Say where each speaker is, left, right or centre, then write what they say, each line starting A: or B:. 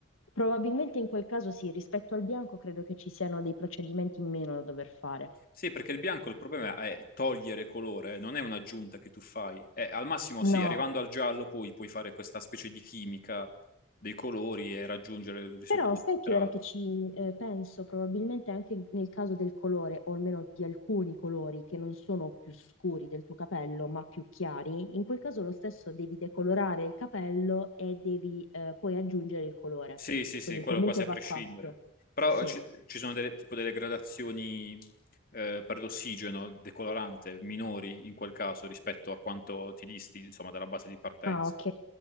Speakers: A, on the left (about 80°); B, on the left (about 45°).
A: Probabilmente in quel caso sì, rispetto al bianco credo che ci siano dei procedimenti in meno da dover fare.
B: Sì, perché il bianco il problema è togliere colore, non è un'aggiunta che tu fai. Eh, al massimo
A: No,
B: sì, arrivando al giallo poi puoi fare questa specie di chimica dei colori e raggiungere il risultato
A: Però sai
B: desiderato.
A: che ora che ci eh, penso, probabilmente anche nel caso del colore, o almeno di alcuni colori che non sono più scuri del tuo capello, ma più chiari, in quel caso lo stesso devi decolorare il capello e devi eh, poi aggiungere il colore.
B: Sì, sì, sì,
A: Quindi
B: quello
A: comunque
B: quasi a
A: va
B: prescindere.
A: fatto.
B: Però
A: Sì.
B: ci, ci sono delle, tipo delle gradazioni eh, per l'ossigeno decolorante minori in quel caso rispetto a quanto ti disti, insomma, dalla base di partenza.
A: Ah, ok.